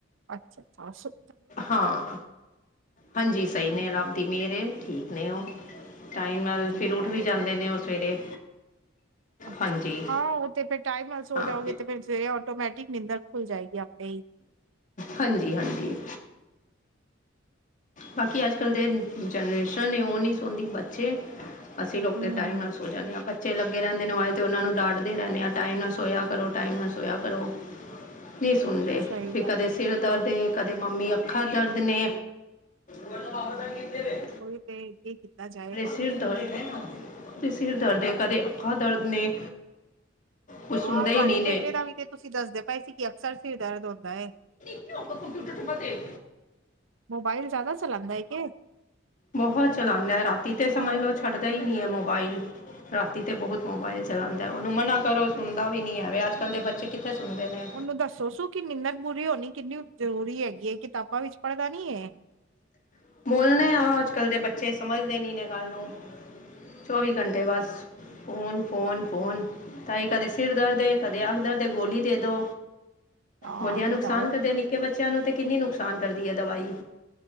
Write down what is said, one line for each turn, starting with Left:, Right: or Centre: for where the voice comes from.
Right: ਅੱਛਾ- ਅੱਛਾ।
Left: ਹਾਂ। ਹਾਂਜੀ ਸਹੀ ਨੇ, ਰੱਬ ਦੀ ਮਿਹਰ ਏ, ਠੀਕ ਨੇ ਉਹ। ਇੰਨਾ
Right: ਠੀਕ
Left: ਫਿਰ ਉੱਠ ਵੀ
Right: ਹੈ
Left: ਜਾਂਦੇ ਨੇ ਉਹ ਸਵੇਰੇ
Right: ਅੱਛਾ
Left: ਹਾਂਜੀ
Right: ਹਾਂ। ਉਹ ਤੇ ਫਿਰ ਟਾਈਮ ਨਾਲ ਸੌ
Left: ਹਾਂ
Right: ਜਾਓਗੇ ਤੇ ਫਿਰ ਸਵੇਰੇ ਆਟੋਮੈਟਿਕ ਨੀਂਦਰ ਖੁੱਲ ਜਾਏਗੀ ਆਪੇ ਹੀ।
Left: ਹਾਂਜੀ- ਹਾਂਜੀ। ਬਾਕੀ ਅੱਜ ਕੱਲ ਦੇ ਜਨਰੇਸ਼ਨ ਨੇ ਉਹ ਨੀ ਸੌਂਦੀ ਬੱਚ ਚੇ ਅਸੀਂ ਲੋਕ
Right: ਹੂੰ-ਹੂੰ
Left: ਤੇ ਟਾਈਮ ਨਾਲ ਸੋ ਜਾਂਦੇ ਹਾਂ। ਬੱ ਬੱਚੇ ਲੱਗੇ ਰਹਿੰਦੇ ਨੇ ਮੋਬਾਈਲ ਤੇ, ਉਹਨਾਂ ਨੂੰ ਡਾਂਟਦੇ ਰਹਿੰਦੇ ਆਂ, ਟਾਈਮ ਨਾਲ ਸੋਇਆ ਕਰੋ, ਟਾਈਮ ਨਾਲ ਸੋਇਆ ਕਰੋ। ਨਹੀਂ ਸੁਣਦੇ,
Right: ਸਹੀ
Left: ਵੀ
Right: ਗੱਲ
Left: ਕਦੇ
Right: ਹੈ
Left: ਸਿਰ ਦਰਦ
Right: ਹਾਂ
Left: ਏ, ਕਦੇ ਮੰਮੀ ਅੱਖਾਂ ਦਰਦ ਨੇ। ਦਾ ਪਾਵਰ ਬੈਂਕ ਕਿੱਥੇ ਵੇ।
Right: ਉਈ ਤੇ ਕੀ ਕੀਤਾ ਜਾਏ।
Left: ਸਿਰ ਦਰਦ ਤੇ ਸਿਰ ਦਰਦ ਨੇ ਕਦੇ ਅੱਖਾ ਦਰਦ ਨੇ। ਕੁਛ ਸੁਣਦੇ
Right: ਹਾਂ। ਤੁਹਾਡੇ
Left: ਹੀ ਨਹੀਂ ਨੇ
Right: ਬੇਟੇ ਦਾ ਵੀ ਤੇ ਤੁਸੀਂ ਦੱਸਦੇ ਪਏ ਸੀ ਕਿ ਅਕਸਰ ਸਿਰ ਦਰਦ ਹੁੰਦਾ ਹੈ।
Left: ਕਿਉ ਕਬ ਕੰਪਿਊਟਰ ਚੇ ਪੜ੍ਹਦੇ।
Right: ਮੋਬਾਇਲ ਜ਼ਿਆਦਾ ਚਲਾਉਂਦਾ ਹੈ ਕੇ।
Left: ਬਹੁਤ ਚਲਾਉਂਦਾ ਹੈ ਰਾਤੀ ਤੇ ਸਮਂਝਲਓ ਛੱਡਦਾ ਹੀ ਨਹੀਂ ਹੈ ਮੋਬਾਈਲ ਰਾ। ਏਤੇ ਬਹੁਤ ਮੋਬਾਇਲ ਚਲਾਉਂਦਾ ਹੈ। ਉਹਨੂੰ ਮਨਾ ਕਰੋ ਸੁਣਦਾ ਵੀ ਨਹੀਂ ਹੈਵੇ ਅੱਜ ਕੱਲ੍ਹ ਦੇ ਬੱਚੇ ਕਿੱਥੇ ਸੁਣਦੇ ਨੇ।
Right: ਇਨੂੰ ਦੱਸੋ ਸੂ ਕਿ ਨਿੰਦਰ ਪੁਰੀ ਹੋਣੀ ਕਿੰਨੀ ਜ਼ਰੂਰੀ ਹੈਗੀ ਹੈ ਕਿਤਾਬਾਂ ਵਿੱਚ ਪੜ੍ਹਦਾ ਨੀ ਹੈ।
Left: <inaudible> ਬੋਲਨੇ ਹਾਂ, ਅੱਜ ਕੱਲ ਦੇ ਬੱਚੇ ਸਮਝਦੇ ਨੀ ਨੇ ਗੱਲ ਨੂੰ ਚੌਵੀ ਘੰਟੇ ਤੇ ਬਸ ਫੋਨ- ਫੋਨ- ਫੋਨ। ਤਾਈ ਕਦੇ ਸਿਰ ਦਰਦ, ਕਦੇ ਅਖ ਦਰਦ ਗੋਲੀ ਦੇ ਦੋ।
Right: ਹਾਂ
Left: ਵੱਡਿਆ
Right: ਬਤਾਓ
Left: ਨੂੰ ਨੁਕਸਾਨ ਕਰਦੀ ਹੈ ਨਿੱਕੇ ਬੱਚਿਆਂ ਨੂੰ ਤੇ ਕਿੰਨੀ ਨੁਕਸਾਨ ਕਰਦੀ ਹੈ ਦਵਾਈ।